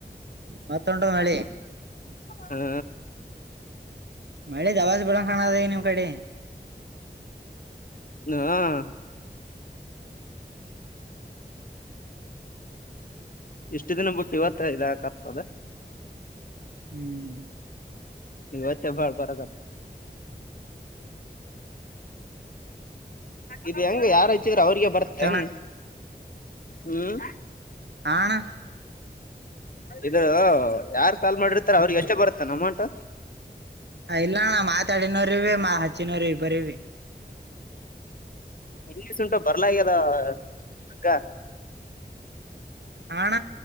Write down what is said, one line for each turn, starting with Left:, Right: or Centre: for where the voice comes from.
Right: ಮತ್ತ ಉಂಟದ್ ಮಳಿ
Left: ಹಾ
Right: ಮಳೆ ದವಸ್ ಬಿಡ ಕಾಣದ ಈ ನಿಮ್ ಕಡೆ
Left: ಹಾ ಇಷ್ಟು ದಿನ ಬಿುಟ್ಟ ಇವತ್ತ ಇದಾಕ ಆಗ್ತದೆ
Right: ಹ್ಮ್
Left: ಇವತ್ತ ಭಾಳ್ ಬರ ಹ ಇದು ಹೆಂಗ ಯಾರ ಇಚ್ಚಿದ್ರ ಅವ್ರಿಗೆ ಬರ್ತ್ತೇನ್
Right: ಮತ್ತಣ
Left: ಹ್ಮ್
Right: ಹಣ
Left: ಇದ ಯಾರ್ ಸಾಲ್ ಮಾಡಿರ್ತಾರ ಅವ್ರಿಗೆ ಎಷ್ಟು ಬರ್ತ್ತಾನ ಅಮೌಂಟ್
Right: ಹ ಇಲ್ಲಣ್ಣ ಮಾತಾಡಿನವ್ರ ಇಿವ ಮಾ ಹಚ್ಚಿನವ್ರ ಇ ಬರಿೀವಿ
Left: ಇಂಗ್ಲಿಸ್ ಉಂಟು ಬರ್ಲ್ಯದ ಅಕ್ಕ
Right: ಹಣ